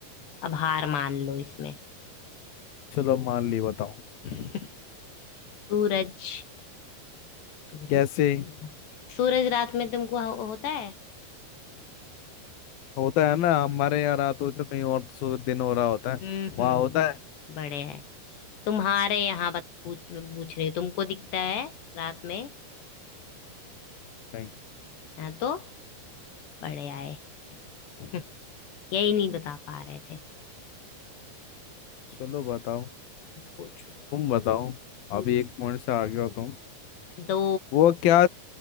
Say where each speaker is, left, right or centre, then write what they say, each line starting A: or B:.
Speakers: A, on the left; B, on the left.
A: अब हार मान लो इसमें
B: चलो मान ली बताओ
A: <laughs> सूरज सूरज
B: कैसे
A: सूरज रात में तुमको हो, होता है
B: होता है ना हमारे यहाँ रात होती तो कहीं और सो- दिन हो रहा होता है
A: हम्म
B: वहाँ होता है
A: बड़े हैं तुम्हारे यहाँ बात पूछ पूछ रही हूँ। तुमको दिखता है रात में
B: नहीं
A: हाँ तो बड़े आए <laughs> यही नहीं बता पा रहे थे
B: चलो बताओ
A: पूछो
B: तुम बताओ
A: पूछो
B: अभी एक पॉइंट से आगे हो तुम
A: दो
B: वो क्या